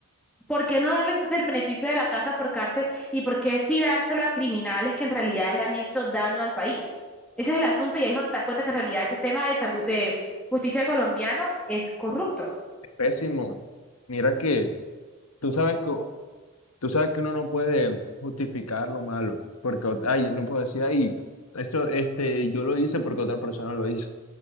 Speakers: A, in the centre; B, on the left.
A: ¿Por qué no darle entonces el beneficio de la casa por cárcel y por qué sí dárselo a criminales que en realidad le han hecho daño al país? Ese es el asunto y ahí es donde te das cuenta que en realidad el sistema de salud, de justicia colombiano es corrupto.
B: Es pésimo. Mira que tú sabes que, tú sabes que uno no puede justificar lo malo, porque, ot- ay, no puedo decir, ay, esto, este, yo lo hice porque otra persona lo hizo.